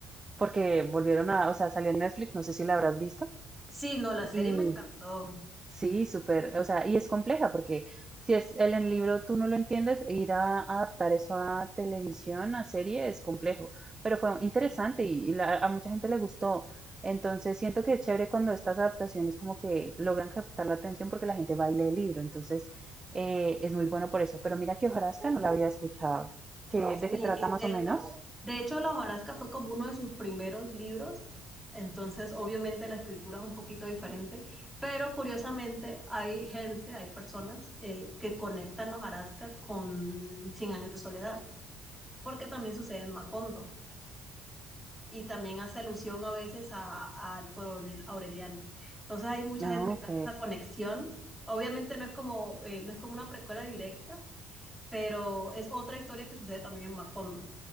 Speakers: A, on the right (about 20°); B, in the centre.
A: porque volvieron a, o sea, salió en Netflix, no sé si la habrás visto.
B: Sí, no, la serie
A: Y
B: me encantó.
A: Sí, súper, o sea, y es compleja porque si es el, el libro tú no lo entiendes, ir a, a adaptar eso a televisión, a serie, es complejo, pero fue interesante y, y la- a mucha gente le gustó. Entonces siento que es chévere cuando estas adaptaciones como que logran captar la atención porque la gente va y lee el libro, entonces eh, es muy bueno por eso. Pero mira que Ojarasca no la había escuchado. ¿Qué, de
B: Sí,
A: qué trata más
B: de
A: o menos?
B: hecho, de hecho La hojarasca fue como uno de sus primeros libros, entonces obviamente la escritura es un poquito diferente, pero curiosamente hay gente, hay personas eh, que conectan La hojarasca con Cien años de soledad, porque también sucede en Macondo. y también hace alusión a veces a- al coronel Aureliano. Entonces hay mucha
A: Ah,
B: gente
A: ok,
B: que hace esa conexión. Obviamente no es como, eh, no es como una precuela directa, pero es otra historia que sucede también en Macondo.